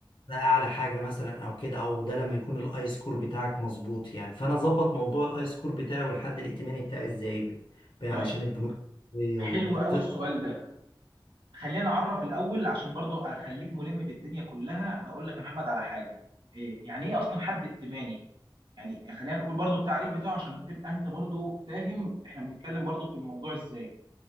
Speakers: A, on the left; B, on the right.
A: ده اعلى حاجه مثلا او كده او ده لما يكون الاي سكور بتاعك مظبوط يعني فانا اظبط موضوع الاي سكور بتاعي والحد الائتماني بتاعي ازاي ب- ب- عشان
B: طيب
A: البنوك التحتية
B: حلو
A: وتقرا
B: قوي السؤال ده خلينا نعرف الأول عشان برضو أخليك ملم بالدنيا كلها هقول لك يا محمد على حاجة إيه يعني إيه أصلا حد ائتماني؟ يعني خلينا نقول برضو التعريف بتاعه عشان تبقى أنت برضو فاهم إحنا بنتكلم برضو في الموضوع إزاي